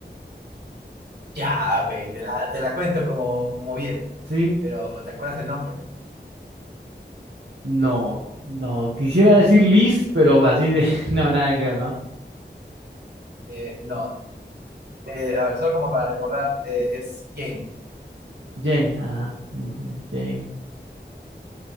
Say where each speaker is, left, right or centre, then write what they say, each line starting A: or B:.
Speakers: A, on the right; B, on the right.
A: Ya, ok, te la, te la cuento como, como bien,
B: ¿Sí?
A: pero ¿te acuerdas el nombre?
B: No, no. Quisiera decir Liz, pero así de. <laughs> No, nada que ver, ¿no?
A: Eh, no. Eh, a ver, solo como para recordar, eh, es Jane.
B: Jane, ajá. ujú, Jane.